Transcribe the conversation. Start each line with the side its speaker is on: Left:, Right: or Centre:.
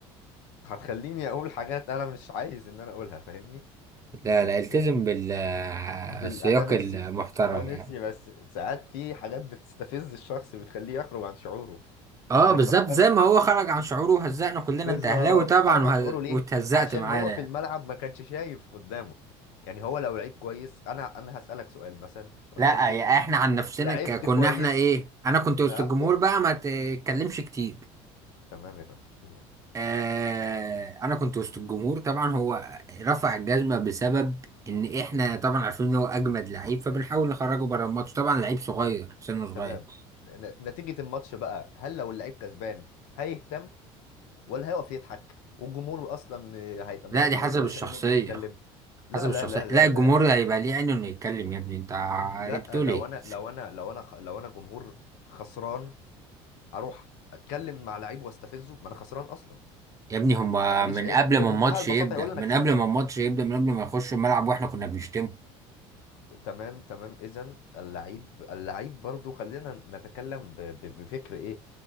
Left: هتخليني أقول حاجات أنا مش عايز إن أنا أقولها فاهمني
Right: لا لا التزم
Left: لأن
Right: بالسياق
Left: بال... أنا نفسي
Right: المحترم
Left: أنا نفسي
Right: يعني
Left: بس ساعات في حاجات بتستفز الشخص بتخليه يخرج عن شعوره
Right: اه
Left: وما
Right: بالظبط
Left: يفكرش
Right: زي ما هو خرج عن شعوره وهزقنا كلنا
Left: بالظبط
Right: انت اهلاوي طبعا
Left: خرج
Right: وه-
Left: عن شعوره ليه؟
Right: واتهزقت
Left: عشان
Right: معانا
Left: هو في الملعب ما كانش شايف قدامه يعني هو لو لعيب كويس أنا أنا هسألك سؤال مثلا لو
Right: لا
Left: أنت نزلت
Right: يا احنا
Left: ماتش،
Right: عن نفسنا
Left: لعبت
Right: ك- كنا
Left: كويس
Right: احنا ايه انا كنت وسط
Left: أه
Right: الجمهور
Left: و...
Right: بقى ما تتكلمش كتير
Left: تمام يا فندم تمام
Right: آه انا كنت وسط الجمهور طبعا هو رفع الجزمة بسبب ان احنا طبعا عارفين ان هو اجمد لعيب فبنحاول نخرجه بره الماتش طبعا لعيب صغير سنه صغير
Left: تمام ن- نتيجة الماتش بقى هل لو اللعيب كسبان هيهتم ولا هيقف يضحك والجمهور اصلا م- هيبقى م-
Right: لا
Left: م-
Right: دي حسب
Left: ملوش
Right: الشخصية
Left: عين انه يتكلم لا
Right: حسب
Left: لا
Right: الشخصية
Left: لا لا
Right: لا الجمهور
Left: لا لا
Right: هيبقى
Left: لا
Right: ليه عينه انه يتكلم يا ابني انت ع-
Left: لا
Right: بتقول
Left: لو
Right: ايه
Left: انا لو انا لو انا خ- لو انا جمهور خسران اروح اتكلم مع لعيب واستفزه ما انا خسران اصلا
Right: يا ابني هما
Left: انا ماليش
Right: من
Left: عين
Right: قبل
Left: بمنتهى
Right: ما الماتش
Left: البساطة
Right: يبدأ
Left: هيقول لي
Right: من
Left: انا كسبتك
Right: قبل ما الماتش يبدأ من قبل ما يخش الملعب واحنا كنا بنشتمه
Left: ت- تمام تمام اذا اللعيب اللعيب برضو خلينا نتكلم ب- ب- بفكر ايه